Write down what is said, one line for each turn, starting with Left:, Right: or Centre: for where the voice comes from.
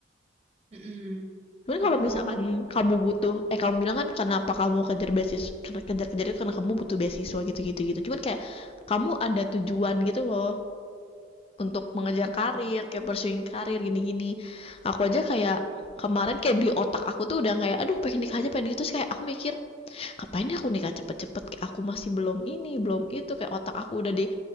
Right: mm-mm.
Left: Cuman
Right: Ah,
Left: kalau misalkan kamu butuh, eh kamu bilang kan kenapa kamu kejar beasiswa, karena kejar-kejar itu karena kamu butuh beasiswa gitu-gitu gitu. Cuman kayak kamu ada tujuan gitu loh untuk mengejar
Right: mm-mm,
Left: karir, kayak pursuing karir gini-gini. Aku aja kayak kemarin kayak di otak aku tuh udah kayak aduh pengen nikah aja pengen nikah terus kayak aku mikir ngapain ya aku nikah cepet-cepet kayak aku masih belum ini belum itu kayak otak aku udah di